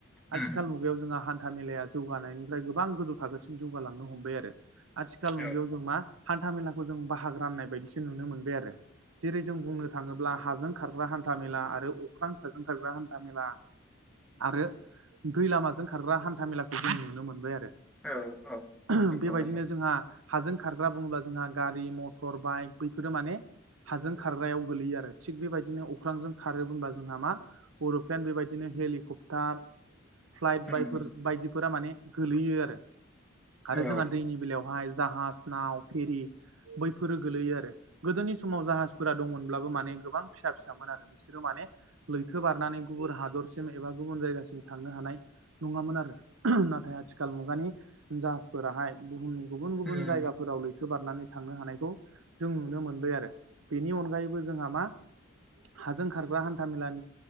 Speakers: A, on the right; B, in the centre.
A: आथिखाल
B: उम
A: बेयाव जोंहा हान्था मेलाया जौगानायनिफ्राय गोबां गोजौ थाखोसिम जौगालांनो हमबाय आरो आथिखाल
B: औ
A: मुगायाव जों मा हान्था मेलाखौ जों बाहागो राननाय बायदिसो नुनो मोनबाय आरो जेरै जों बुंनो थाङोब्ला हाजों खारग्रा हान्था मेला आरो अख्रां साजों खारग्रा हान्था मेला आरो दै लामाजों खारग्रा हान्था मेलाखौ जों नुनो मोनबाय आरो
B: औ औ
A: <unintelligible>
B: नंगौ
A: बेबायदिनो
B: नंगौ
A: जोंहा हाजों खारग्रा बुङोब्ला जोंहा गारि मटर बाइक बैफोरो माने हाजों खारग्रायाव गोग्लैयो आरो थिग बेबायदिनो अख्रांजों खारो होनबब्ला जोंहा मा अरुप्लेन बेबायदिनो हेलिकप्ट दा फ्लाइट
B: उम
A: बायफोर बायदिफोरा माने गोलैयो आरो आरो
B: औ
A: जोंहा दैनि बेलायावहाय जाहाज नाव फेरि बैफोरो गोलैयो आरो गोदोनि समाव जाहाजफोरा दंमोनब्लाबो माने गोबां फिसा फिसामोन आरो बिसोरो माने लैथो बारनानै गुबुन हादरसिम एबा गुबुन जायगासिम थांनो हानाय नङामोन आरो नाथाय आथिखाल मुगानि जा फोराहाय बुहुमनि गुबुन गुबुन
B: उम
A: जायगाफोराव लैथो बारनानै थांनो हानायखौ जों नुनो मोनबाय आरो बेनि अनगायैबो जोंहा मा हाजों खारग्रा हान्था मेलानि